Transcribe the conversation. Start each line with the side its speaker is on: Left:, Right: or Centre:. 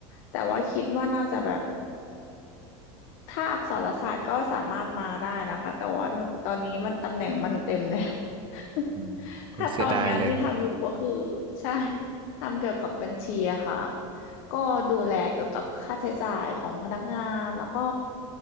Left: แต่ว่าคิดว่าน่าจะแบบ ถ้าอักษรศาสตร์ก็สามารถมาได้นะคะ แต่ว่าหนูตอนนี้มันตำแหน่งมันเต็มแล้ว
Right: อืมโอ้ยเสียดายเลย
Left: <laughs> ถ้าตอนงานที่ทำอยู่ก็คือใช่ทำเกี่ยวกับบัญชีอะค่ะก็ดูแลเกี่ยวกับค่าใช้จ่ายของพนักงานแล้วก็